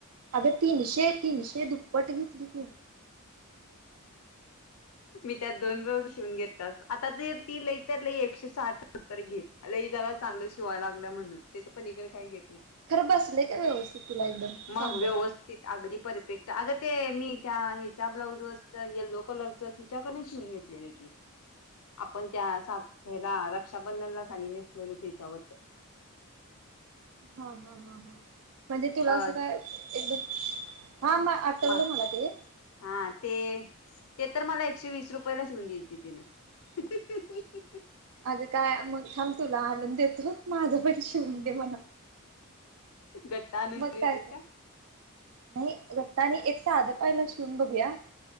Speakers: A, on the right; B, on the left.
A: आता तीनशे तीनशे दुप्पट घेतली की
B: मी त्यात दोन बाऊज शिवून घेत असो आता ज ती लईत ल एकशे साठ सत्तर घेतल लई त्याला चांगलं शिवायला लागलं म्हणून त्या प ेत नाही
A: खरं बसले का व्यवस्थित तुला एकदम
B: मग
A: चांगलं
B: व्यवथित अगदी परपेग ते मी त्या ह्याच्या ब्लाउज वरच येल्लो कलरच तिच्याकडे शिवून घेतलेलं की आपण त्या सा्याला रक्षाबंधनला साडी नेसलेलो त्याच्यावर <inaudible>
A: हा हा ह ह म्हणजे तुला
B: अ
A: असं काय एकदम हा आठवलं
B: म
A: मला ते
B: हा ते ते तर मला एकशे वीस रुपयाला शिवन द्या तिनं
A: अगं काय मग थांब तुला आनून देतो माझं पण शिवून दे म्हणा
B: गट्टा आणून
A: मग
B: देतील
A: काय ते नाही रतानी एक साधं पाहिला शिवून बघया